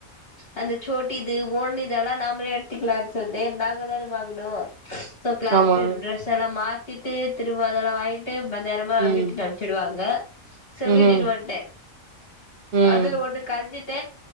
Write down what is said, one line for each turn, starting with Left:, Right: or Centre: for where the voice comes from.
Left: அந்த சோட்டிது ஓன்னிது எல்லா நாம்மளே எடுத்துக்லா சொல்தே நாங்க தானே வாங்குணு சோ க்ளா
Right: ஆமா
Left: பி த்ரெஸ் எல்லா மாத் திட்டு திரும்ப அதலா வாங்கிட்டு நேரமா
Right: ம்
Left: வீட்டுட்டு அம்ச்சிடுவாங்க சோ
Right: ம்ஹூம்
Left: வீட்டுனு வன்ட்டே
Right: ம்
Left: அதுல ஒன்னு கல்ஞ்சிட்